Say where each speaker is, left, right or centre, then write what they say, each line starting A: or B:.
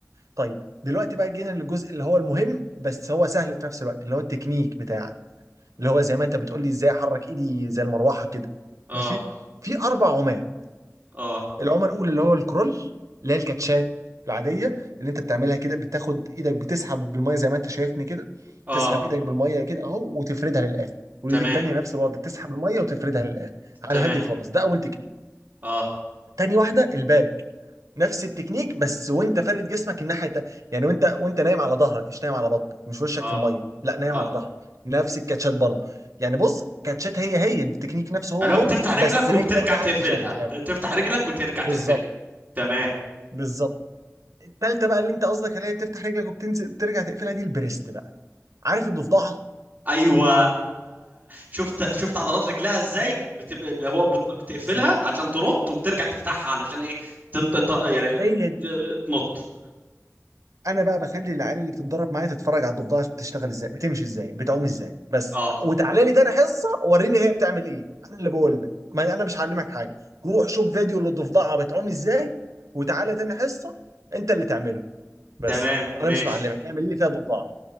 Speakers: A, on the right (about 85°); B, on the right (about 30°).
A: طيب دلوقتي بقى جينا للجزء اللي هو المهم بس هو سهل في نفس الوقت اللي هو التكنيك بتاعك اللي هو زي ما انت بتقول لي ازاي احرك ايدي زي المروحه كده
B: اه
A: ماشي في اربع عمال
B: اه
A: العمى الاولى اللي هو الكرول اللي هي الكاتشات العاديه اللي انت بتعملها كده بتاخد ايدك بتسحب بالميه زي ما انت شايفني كده
B: اه
A: تسحب ايدك بالميه كده اهو وتفردها للاخر والايد
B: تمام
A: التانيه نفس الوضع تسحب الميه وتفردها للاخر على
B: تمام
A: الهادي خالص ده اول تكنيك
B: اه
A: تاني واحده الباك نفس التكنيك بس وانت فارد جسمك الناحيه التانيه يعني وانت وانت نايم على ظهرك مش نايم على بطنك مش وشك
B: اه
A: في الميه لا نايم
B: اه
A: على ظهرك نفس الكاتشات برضه يعني بص كاتشات هي هي التكنيك نفسه هو
B: اللي
A: هو
B: هو بتفتح رجلك
A: بس رجلك
B: وبترجع
A: بقى
B: تقفلها
A: اللي شغاله
B: ت- تفتح رجلك وترجع تقفلها
A: بالظبط
B: تمام
A: بالظبط التالتة بقى اللي انت قصدك عليها بتفتح رجلك وبتنزل بترجع تقفلها دي البريست بقى عارف الضفدعه
B: ايوه شفت شفت عضلات رجلها ازاي بتبقى اللي هو بت- بتقفلها
A: بالظبط
B: عشان تنط وبترجع تفتحها علشان ايه تنط ت- يعني ت-
A: هي
B: تنط
A: انا بقى بخلي العيال اللي بتتدرب معايا تتفرج على الضفدعه بتشتغل ازاي بتمشي ازاي بتعوم ازاي بس
B: اه
A: وتعالى لي تاني حصه وريني هي بتعمل ايه انا اللي بقول لك ما انا مش هعلمك حاجه روح شوف فيديو للضفدعه بتعوم ازاي وتعالى تاني حصه انت اللي تعمله بس
B: تمام ماشي
A: انا مش معلمك اعمل لي فيها ضفدعه